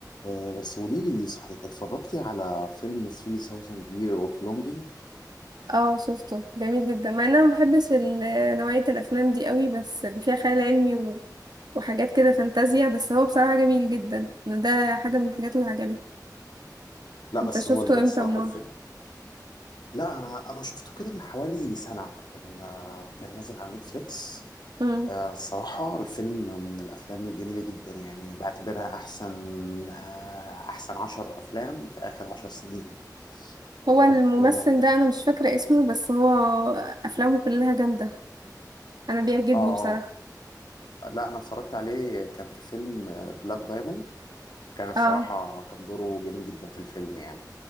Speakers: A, on the left (about 80°); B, on the right (about 70°).
A: آه، بس قولي لي صحيح اتفرجتي على فيلم 3000 Year of Longing؟
B: اه شفته جميل جدا مع ان انا ما بحبش ال- نوعية الافلام دي قوي بس اللي فيها خيال علمي و... وحاجات كده فانتازيا بس هو بصراحة جميل جدا ده حاجة من الحاجات اللي عجبتني
A: لا
B: انت
A: بس
B: شفته
A: هو الصراحة
B: امتى مرة
A: الفيلم لا أنا أنا شفته كده من حوالي سنة كان آه، كان نازل على نتفليكس
B: مم.
A: آه، الصراحة الفيلم من الأفلام الجميلة جدا يعني بعتبرها أحسن آه، أحسن عشر أفلام في آخر عشر سنين
B: هو الممثل
A: طب آه أنت-
B: ده انا مش فاكرة اسمه بس هو افلامه كلها جامدة انا بيعجبني
A: آه
B: بصراحة
A: آه. لا أنا اتفرجت عليه كان في فيلم بلاك دايموند كان الصراحة
B: اه
A: كان دوره جميل جدا في الفيلم يعني